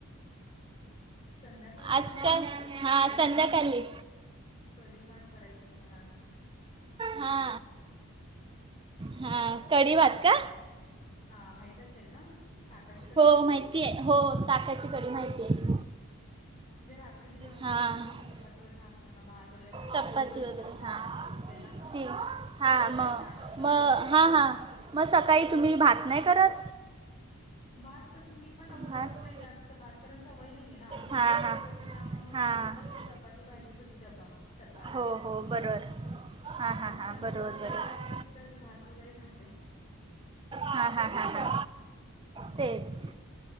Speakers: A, on the left; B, on the right.
A: संध्या
B: आज काय हां
A: कडी
B: संध्याकाळी
A: भात, कढी भात करायचंय मला आज.
B: हा. हा कढीवात का?
A: हा माहित असेल ना. ताकाची कडी
B: हो
A: माहित
B: माहिती
A: ना?
B: आहे हो ताकाची कडी माहितीय.
A: जे रात्री जेवण
B: हां
A: आम्ही जास्त अस चपाती वगैर खात नाही भात वगैरे खातो
B: चपाती
A: कारण दिवसभर
B: वगैरे
A: चपातीच
B: हां
A: असते ना
B: ती हां
A: सकाळी
B: मग
A: नाष्ट्यापासून
B: मग हां हां मग सकाळी तुम्ही भात नाही करत.
A: बात तस मी पण आता
B: भात
A: खात नाही जास्त बात कारण सवय नाहीे ना. जॉब
B: हां
A: करत
B: हां
A: होते त्यामुळ
B: हां
A: फक्त चपाती भाजीचाच डबा. सकाळचा.
B: हो हो बरोबर. हां
A: मग त्यामग
B: हां हां
A: <unintelligible>
B: बरोबर
A: मग संध्याकाळी
B: बरोबर
A: एकदाच भात वगैरे खाते.
B: हा हा हा हा, तेच.